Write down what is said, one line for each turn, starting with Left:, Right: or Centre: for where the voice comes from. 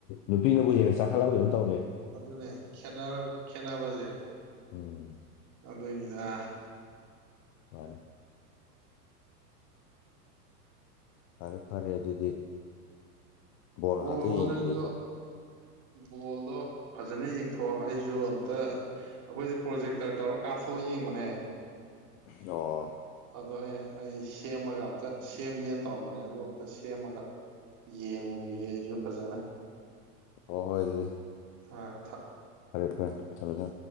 Left: ꯅꯨꯄꯤꯅꯕꯨ ꯍꯦꯟꯅ ꯆꯈꯠꯂ ꯀꯣ ꯇꯧꯔꯦ
Right: ꯑꯕꯗꯨꯅ ꯈꯅꯥ ꯈꯅꯥꯕꯖꯦ
Left: ꯎꯝ
Right: ꯑꯗꯨꯣꯏꯅꯤꯗ
Left: ꯐꯅꯦꯦ ꯐꯔꯦ ꯐꯔꯦ ꯑꯗꯨꯗꯤ ꯕꯣꯜ
Right: ꯍꯣ
Left: ꯉꯥꯏꯍꯥꯛꯇ
Right: ꯍꯣ
Left: ꯌꯦꯡꯈꯤꯒꯦ
Right: ꯅꯪꯁꯨ
Left: ꯑꯩꯁꯨ
Right: ꯕꯣꯜꯗꯣ ꯐꯖꯅ ꯌꯦꯡ ꯊꯣ ꯍꯥꯏꯁꯨꯣ ꯑꯝꯇ ꯑꯩꯈꯣꯏꯁꯦ ꯄ꯭ꯔꯣꯖꯦꯛꯇꯔ ꯇꯧꯔ ꯀꯥꯞꯊꯣꯛꯑ ꯌꯦꯡꯕꯅꯦ
Left: ꯑꯣ
Right: ꯑꯗꯣ ꯑꯩ ꯑꯩ ꯁꯦꯝꯃꯒ ꯑꯝꯇ ꯁꯦꯝꯒꯦꯅ ꯇꯧꯔꯝꯕꯅꯦ ꯑꯗꯨ ꯑꯝꯇ ꯁꯦꯝꯃꯒ ꯌꯦꯡꯉꯨꯈꯤꯒ ꯑꯩꯁꯨ ꯐꯖꯅ
Left: ꯍꯣ ꯍꯣꯏ ꯑꯗꯨꯗꯤ
Right: ꯑ
Left: ꯑꯔꯦꯄ ꯆꯂꯗ